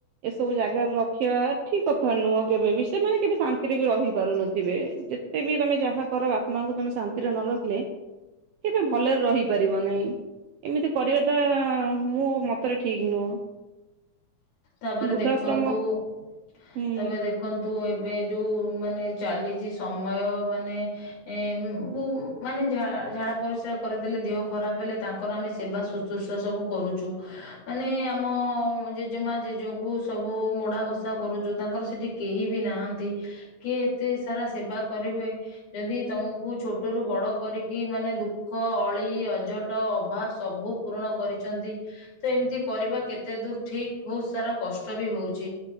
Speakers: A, on the right; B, on the left.
A: ଏସବୁ ଜାଗାରେ ରଖିବା ଠିକ କଥା ନୁହଁ। କେବେ ବି ସେମାନେ କେବେ ଶାନ୍ତିରେ ବି ରହିପାରୁନଥିବେ ଯେତେ ବି ତମେ ଯାହା କର ବାପା ମାଙ୍କୁ ତମେ ଶାନ୍ତିରେ ନ ରଖିଲେ କେବେ ଭଲରେ ରହିପାରିବ ନାହିଁ ଏମିତି କରିବାଟା ମୁଁ ମତରେ ଠିକ ନୁହଁ।
B: ତାପରେ
A: ବୃଦ୍ଧାଶ୍ରମ
B: ଦେଖନ୍ତୁ ତାପରେ
A: ହୁଁ
B: ଦେଖନ୍ତୁ ଏ ଏବେ ଯୋଉ ମାନେ ଚାଲିଛି ସମୟ ମାନେ ଏ ଉ ମାନେ ଝାଡ଼ା ପରିସ୍ରା କରିଦେଲେ ଦେହ ଖରାପ ହେଲେ ତାଙ୍କର ଆମେ ସେବା ଶୁଶ୍ରୂଷା ସବୁ କରୁଛୁ ମାନେ ଆମ ଜେ ଜେମା ଜେଜେକୁ ସବୁ ମୋଡା ଘସା କରୁଛୁ। ତାଙ୍କର ସେଠି କେହି ବି ନାହାନ୍ତି କିଏ ଏତେ ସାରା ସେବା କରିବେ ଯଦି ତମକୁ ଛୋଟରୁୁ ବଡ କରିକି ମାନେ ଦୁଃଖ ଅଳି ଅଝଟ ଅଭାବ ସବୁ ପୂରଣ କରିଛନ୍ତି ତ ଏମିତି କରିବା କେତେ ଦୂର ଠିକ। ବହୁତ ସାରା କଷ୍ଟ ବି ହଉଛି।